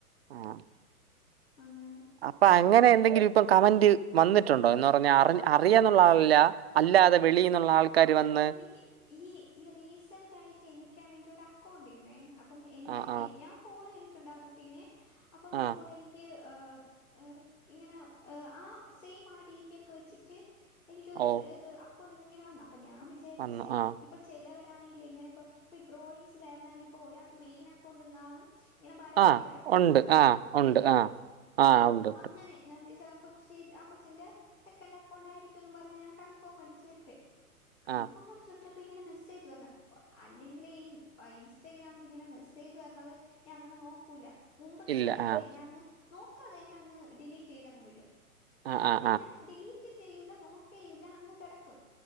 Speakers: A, on the right; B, on the left.
A: ആഹ്.
B: അങ്ങനെ.
A: അപ്പൊ അങ്ങനെ എന്തെങ്കിലും ഇപ്പം കമന്റ് വന്നിട്ടുണ്ടോ എന്ന് പറഞ്ഞാ അറിഞ് അറിയാന്നുള്ള ആളല്ല. അല്ലാതെ വെളീന്നുള്ള ആൾക്കാര്
B: ആ
A: വന്ന്.
B: എനിക്ക് ഈ ഈ റീസന്റ് ആയിട്ട് എനിക്കാണെങ്കി ഒരു അക്കൗണ്ടീന്നേ. അപ്പം എൻ്റെ
A: ആഹ് ആഹ്
B: ഞാൻ ഫോളോ ചെയ്തിട്ടുണ്ട് ആ കുട്ടീനെ. അപ്പം
A: ആഹ്
B: ഇതു പോലെ എനി ക്ക് ഏഹ് ഏറ് ഇങ്ങനെ ആ സെയിം ആ ഡിപി ഒക്കെ വച്ചിട്ട്. എനിക്കൊരു
A: ഓ
B: റ് ഇത് അക്കൗണ്ടിന്ന് ഇങ്ങനെ വന്നു. അപ്പോ ഞാൻ വിചാരിച്ച്
A: വന്നു
B: ഇ
A: ആഹ്
B: ഇപ്പൊ ചെലവരാണെങ്കിൽ ഇങ്ങനെ ഇപ്പം, ഇപ്പൊ ഡ്രോയിങ്സിലായിരുന്നാലും ഇപ്പം ഒരാൾക്ക് മെയിൻ അക്കൗണ്ടും കാണും ഇങ്ങനെ വരക്ക്യ്ണ
A: ആഹ്
B: ഒര് അക്കൗണ്ടും
A: ഉണ്ട്
B: കാണും
A: ആഹ് ഉണ്ട്
B: ഇല്ലേ?
A: ആഹ് ആഹ്
B: അഹ്.
A: ഉണ്ട് ഉണ്ട്
B: അങ്ങനെ, ഞാൻ വിചാരിച്ചു ആ കൊച്ചി ആ കൊച്ചിന്റെ സെക്കൻഡ് അക്കൗണ്ട് ആയിരിക്കുംന്ന് പറഞ്ഞ് ഞാൻ കൺഫോം അടി ച്ച് വിട്ട്. കൺഫോം
A: ആഹ്
B: അടിച്ച് വി ട്ടപ്പം ഇങ്ങനെ മെസ്സേജ് വര്ണ്. അല്ലെങ്കിലെ ഈ ഇൻസ്റ്റാഗ്രാമിലിങ്ങനെ മെസ്സേജ് വരണത് ഞാൻ അങ്ങനെ നോക്കൂല. മുമ്പൊക്കെ
A: ഇല്ല
B: ആണെങ്കിലേ
A: ആഹ്
B: ഞാ അങ്ങ് നോക്കാതെ തന്നെ അങ്ങ് ഡിലീറ്റ് ചെയ്തങ്ങ് വിടും.
A: ആഹ്
B: പിന്നെ
A: ആഹ്
B: പിന്നെ ഡിലീറ്റും ചെയ്യൂല നോക്കയൂല്ല അങ്ങ് കിടക്കും.